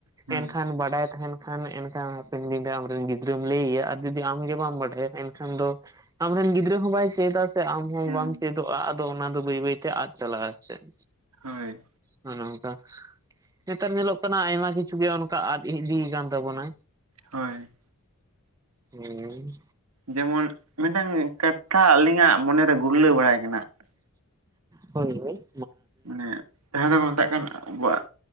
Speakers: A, on the right (about 80°); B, on the right (about 15°).
A: ᱦᱩᱸ
B: ᱮᱱᱠᱷᱟᱱ ᱵᱟᱰᱟᱭ ᱛᱟᱦᱮᱱ ᱠᱷᱟᱱ ᱮᱱᱠᱷᱟᱱ ᱦᱟᱯᱮᱱ ᱫᱤᱱᱨᱮ ᱟᱢᱨᱮᱱ ᱜᱤᱫᱽᱨᱟᱹᱢ ᱞᱟᱹᱭ ᱟᱭᱟ ᱟᱨ ᱡᱩᱫᱤ ᱟᱢ ᱜᱮ ᱵᱟᱢ ᱵᱟᱰᱟᱭᱟ ᱮᱱᱠᱷᱟᱱ ᱫᱚ ᱟᱢ ᱨᱮᱱ ᱜᱤᱫᱽᱨᱟᱹ ᱦᱚᱸ ᱵᱟᱭ ᱪᱮᱫᱟ ᱥᱮ ᱟᱢ ᱦᱚᱸ
A: ᱦᱩᱸ
B: ᱵᱟᱢ ᱪᱮᱫᱚᱜᱼᱟ ᱟᱫᱚ ᱚᱱᱟ ᱫᱚ ᱵᱟᱹᱭ ᱵᱟᱹᱭᱛᱮ ᱟᱫ ᱪᱟᱞᱟᱜᱼᱟ ᱟᱨ ᱪᱮᱫ᱾
A: ᱦᱳᱭ
B: ᱱᱚᱦ ᱱᱚᱝᱠᱟᱼᱼ ᱱᱮᱛᱟᱨ ᱧᱮᱞᱚᱜ ᱠᱟᱱᱟ ᱟᱭᱢᱟ ᱠᱤᱪᱷᱩ ᱜᱮ ᱚᱱᱠᱟ ᱟᱫ ᱤᱫᱤᱭ ᱠᱟᱱᱟ ᱛᱟᱵᱚᱱᱟ
A: ᱦᱳᱭ
B: ᱦᱩᱸ
A: ᱡᱮᱢᱚᱱ ᱢᱤᱫᱴᱟᱝ ᱠᱟᱛᱷᱟ ᱟᱹᱞᱤᱧᱟᱜ ᱢᱚᱱᱮ ᱨᱮ ᱜᱩᱨᱞᱟᱹᱣ ᱵᱟᱲᱟᱭ ᱠᱟᱱᱟ
B: ᱦᱚᱭ ᱦᱚᱭ
A: ᱢᱟᱱᱮ ᱡᱟᱦᱟᱸ ᱫᱚᱠᱚ ᱢᱮᱛᱟᱜ ᱠᱟᱱᱟ ᱟᱵᱚᱣᱟᱜ